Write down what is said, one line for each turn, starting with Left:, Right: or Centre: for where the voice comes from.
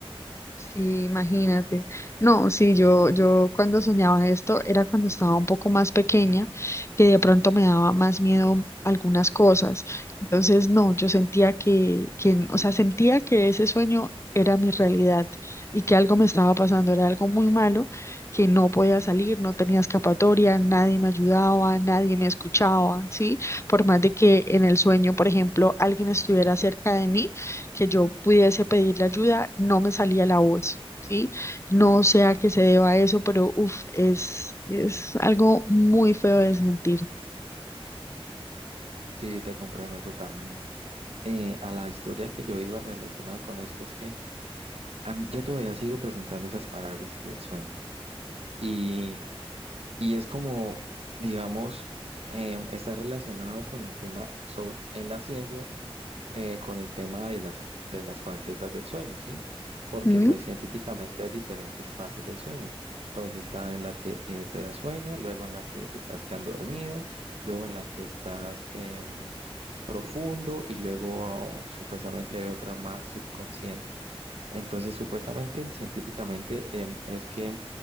Left: Sí, imagínate. No, sí, yo, yo cuando soñaba esto era cuando estaba un poco más pequeña, que de pronto me daba más miedo algunas cosas. Entonces, no, yo sentía que, que, o sea, sentía que ese sueño era mi realidad y que algo me estaba pasando, era algo muy malo, que no podía salir, no tenía escapatoria, nadie me ayudaba, nadie me escuchaba, ¿sí? Por más de que en el sueño, por ejemplo, alguien estuviera cerca de mí que yo pudiese pedirle ayuda, no me salía la voz, ¿sí? No sé a qué se deba eso, pero uff, es, es algo muy feo de sentir.
Right: Sí, te comprendo totalmente. Eh, a la historia que yo iba relacionada con esto es que a mí- yo todavía sigo presentando esas parálisis del sueño y, y es como, digamos, em, está relacionado con el tema so- en la ciencia, eh, con el tema de las, de las facetas del sueño, ¿sí? Porque
Left: ¿Mm?
Right: pues científicamente hay diferentes fases del sueño. Entonces está en la que eh, te da sueño, luego en la que te estás quedando dormido, luego en la que estás em, profundo y luego supuestamente hay otra más subconsciente. Entonces, supuestamente y científicamente em, es que